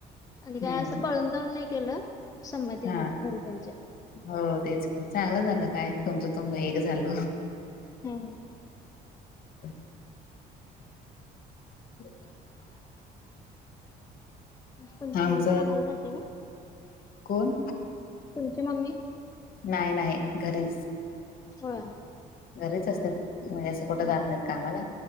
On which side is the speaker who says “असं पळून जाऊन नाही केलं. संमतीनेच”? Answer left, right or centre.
Left